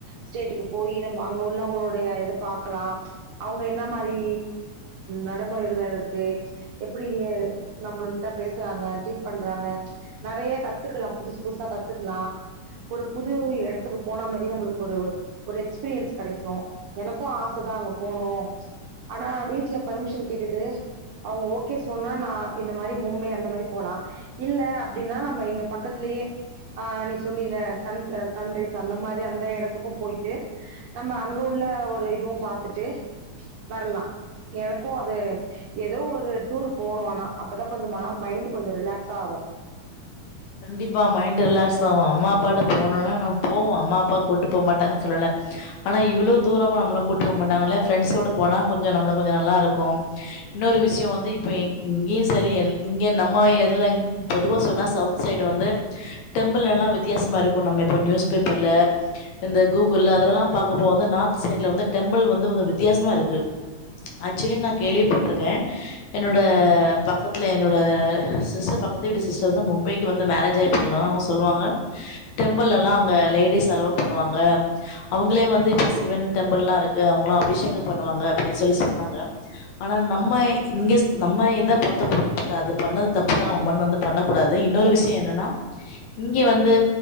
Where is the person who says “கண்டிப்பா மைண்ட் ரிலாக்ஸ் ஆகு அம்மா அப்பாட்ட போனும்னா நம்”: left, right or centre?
Left